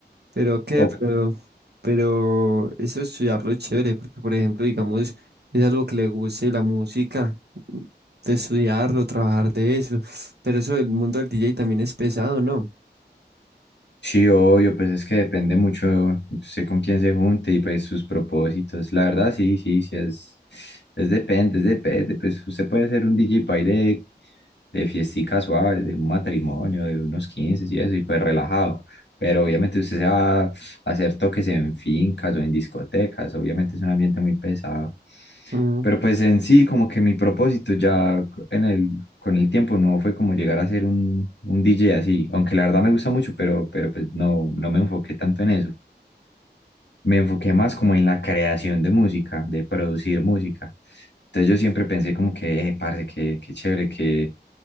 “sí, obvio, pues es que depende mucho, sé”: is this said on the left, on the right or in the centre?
Left